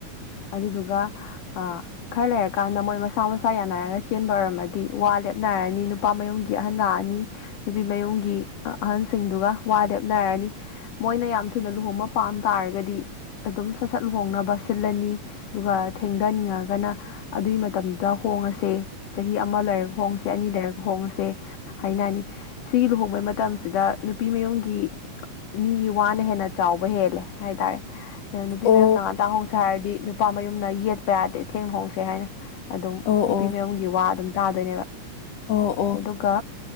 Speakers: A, on the left; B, on the left.
A: ꯑꯗꯨꯗꯨꯒ ꯈꯔ ꯂꯩꯔꯀꯥꯟꯗ ꯃꯣꯏ ꯃꯁ ꯃꯁꯥ ꯃꯁꯥ ꯌꯥꯅꯔꯒ ꯆꯦꯟꯕ ꯑꯣꯏꯔꯝꯃꯗꯤ ꯋꯥ ꯂꯦꯞꯅꯔꯅꯤ ꯅꯨꯄꯥ ꯃꯌꯨꯝꯒꯤ ꯑꯍꯟ ꯂꯥꯛꯑꯅꯤ꯫ ꯅꯨꯄꯤ ꯃꯌꯨꯝꯒꯤ ꯑꯍꯟꯁꯤꯡꯗꯨꯒ ꯋꯥ ꯂꯦꯞꯅꯔꯅꯤ ꯃꯣꯏꯅ ꯌꯥꯝ ꯊꯨꯅ ꯂꯨꯍꯣꯡꯕ ꯄꯥꯝ ꯇꯥꯔꯒꯗꯤ ꯑꯗꯨꯝ ꯁꯠ ꯁꯠ ꯂ ꯍꯣꯡꯅꯕ ꯁꯤꯜꯂꯅꯤ ꯑꯗꯨꯒ ꯊꯦꯡꯊꯅꯤꯡꯉꯒꯅ ꯑꯗꯨꯒꯤ ꯃꯇꯝꯗ꯫ ꯗ ꯍꯣꯡꯉꯁꯦ ꯆꯍꯤ ꯑꯃ ꯂꯩꯔꯒ ꯍꯣꯡꯉꯁꯦ꯫ <unintelligible> ꯑꯅꯤ ꯂꯩꯔꯛ ꯍꯣꯡꯉꯁꯦ ꯍꯥꯏꯅꯅꯤ ꯁꯤꯒꯤ ꯂꯨꯍꯣꯡꯕꯩ ꯃꯇꯝꯁꯤꯗ ꯅꯨꯄꯤꯃꯌꯨꯝꯒꯤ ꯃꯤꯒꯤ ꯋꯥꯅ ꯍꯦꯟꯅ ꯆꯥꯎꯕ ꯍꯦꯜ <unintelligible> ꯍꯥꯏꯇꯥꯔꯦ ꯅꯨꯄꯤ
B: ꯑꯣ
A: ꯃꯌꯨꯝ ꯉꯇꯥꯟ ꯍꯣꯡꯁꯦ ꯍꯥꯏꯔꯗꯤ ꯅꯨꯄꯥ ꯃꯌꯨꯝꯅ ꯌꯦꯠꯄ ꯌꯥꯗꯦ ꯊꯦꯡ ꯍꯣꯡꯁꯦ ꯍꯥꯏꯅ ꯑꯗꯨꯝ
B: ꯑꯣ
A: ꯅꯨꯄꯤ
B: ꯑꯣ
A: ꯃꯌꯨꯝꯒꯤ ꯋꯥ ꯑꯗꯨꯝ ꯇꯥꯗꯣꯏꯅꯦꯕ
B: ꯑꯣ ꯑꯣ
A: ꯑꯗꯨꯒ꯫